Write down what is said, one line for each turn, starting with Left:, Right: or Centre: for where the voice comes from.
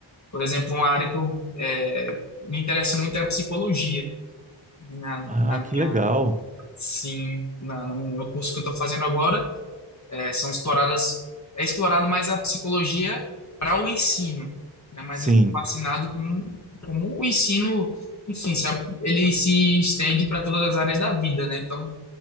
Left: Por exemplo, uma área que eu é, me interesso muito é a psicologia. né? Na,
Right: Ah,
Left: na
Right: que
Left: minha,
Right: legal.
Left: sim, na, no meu curso que eu estou fazendo agora, é, são exploradas, é explorado mais a psicologia para o ensino, né? Mas
Right: Sim.
Left: eu tô fascinado com como o ensino, enfim, se a- ele se estende para todas as áreas da vida, né? Então,